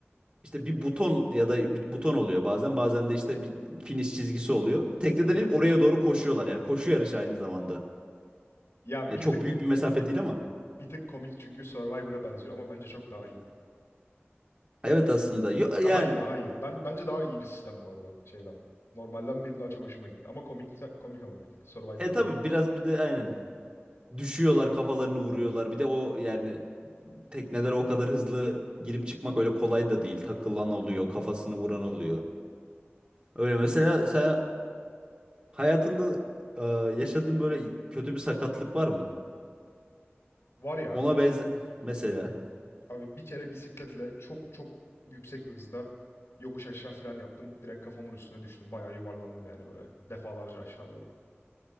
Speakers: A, on the right; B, on the left.
A: işte bir buton ya da bir buton oluyor bazen bazen de işte bir finish çizgisi oluyor. Tekneden
B: Evet.
A: inip oraya doğru koşuyorlar. Yani koşu yarışı aynı zamanda.
B: Ya
A: Ya
B: bir
A: çok
B: tık
A: büyük bir mesafe değil ama.
B: bir tık komik çünkü Survivor'a benziyor ama bence çok daha iyi.
A: Evet aslında. Yo,
B: Daha
A: yani
B: iyi, daha
A: o-
B: iyi. Ben bence daha iyi bir sistem bu arada şeyden. Normalden benim daha çok hoşuma gitti ama komik komik ama bir tık Survivor'a
A: e tabii
B: benzediği
A: biraz
B: için.
A: bir de aynen düşüyorlar kafalarını vuruyorlar.
B: Evet,
A: Bir de o yani teknelere o kadar hızlı girip çıkmak öyle kolay da değil. Takılan
B: doğru.
A: oluyor, kafasını vuran oluyor. Öyle mesela sen hayatında e, yaşadığın böyle kötü bir sakatlık var mı?
B: Var ya
A: Ona benze mesela.
B: abi bir kere bisikletle çok çok yüksek bir hızda yokuş aşağı fren yaptım. Direkt kafamın üstüne düştüm. Bayağı yuvarlandım yani böyle defalarca aşağı doğru.